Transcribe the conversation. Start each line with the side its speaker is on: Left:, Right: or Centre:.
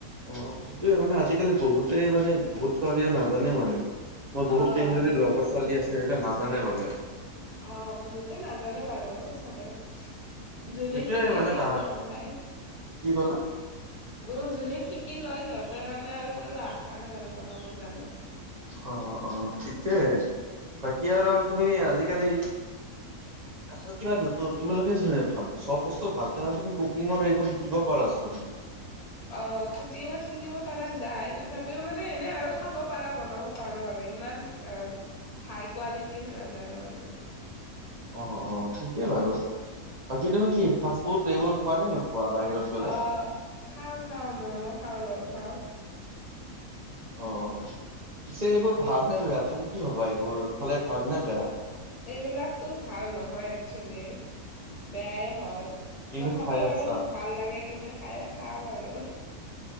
Right: অ সেইটোয়ে মানে আজিকালি বহুতে মানে বহুত ছোৱালীও নাজানে মানে মোৰ বহুত
Left: অ'
Right: কেইজনদি লগৰ ছোৱালী আছে সেইটো নাজানে বোলে
Left: অ বহুতে নাজানে বাৰু চবে যোনে
Right: সেইটোয়ে
Left: শিকে
Right: মানে
Left: সিহঁতে
Right: পা
Left: গম পায়
Right: কি ক'লা?
Left: ব যোনে শিকি লয় সিহঁতৰ কাৰণে আৰু বাৰু আচাৰেে বাৰু বনাব জানে
Right: অ অ ঠিকেইহে বাকী আৰু তুমি আজিকালি আৰু কিবা নু তুমিোকে চব বস্তু ভালকহ তুমি কুকিঙৰ এইবোৰ শিকিব পাৰাচোন
Left: অ কুকিঙত শিকিব পাৰা যায় তথাপিও মানে এনে আৰু খাব পাৰা বনাব পাৰো আৰু ইমান অ হাই কোৱালিটিৰ নাজানো আৰু
Right: অ অ ঠিকেই বাৰু বাকী তুমি কি ফাষ্টফুড এইবোৰ খোৱা নে নোখোৱা বাহিৰত গ'লে?
Left: অ খাও খাও মম' খাও ৰল খাওঁ
Right: অ পিছে এইবোৰ ভাল নে বেয়া তুমি কি ভবা এইবোৰ খালে ভাল নে বেয়া
Left: এইবিলাকতো ভাল নহয় একচোৱেলি বেয়াই হয়
Right: কিন্তু
Left: তথাপিও
Right: খাই আছা
Left: আৰু ভাল লাগে কিনে খাই খাওঁ আৰু